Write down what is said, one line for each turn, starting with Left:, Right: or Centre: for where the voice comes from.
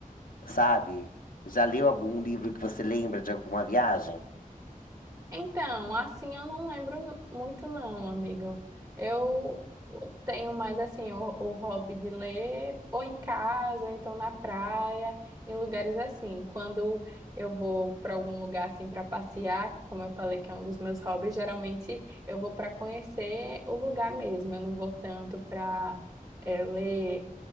Left: sabe? Já leu algum livro que você lembra de alguma viagem?
Right: Então, assim eu não lembro muito não, amigo. Eu tenho mais assim o, o hobby de ler, ou em casa, ou então na praia, em lugares assim. Quando eu vou para algum lugar assim para passear, como eu falei que é um dos meus hobbies, geralmente eu vou para conhecer o lugar mesmo. Eu não vou tanto para ler